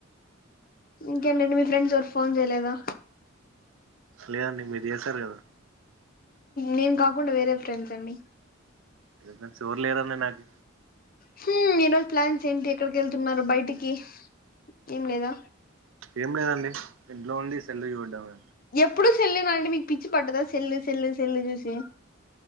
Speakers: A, on the left; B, on the right.
A: ఇంకేంటండి మీ ఫ్రెండ్స్ ఎవరూ ఫోన్ చేయలేదా
B: లేదండి మీరు చేశారు కదా
A: నేను కాకుండా వేరే ఫ్రెండ్స్ అండీ
B: ఫ్రెండ్స్ ఎవరు లేరండి నాకు
A: హ ఈ రోజు ప్లాన్స్ ఏంటి ఎక్కడికి వెళ్తున్నారు బయటికి ఏం లేదా
B: ఏం లేదండి ఇంట్లో ఉండి సెల్ చూడమే
A: ఎప్పుడు సేల్ నా అండి మీకు పిచ్చి పట్టదా సేల్లు సేల్లు చూసి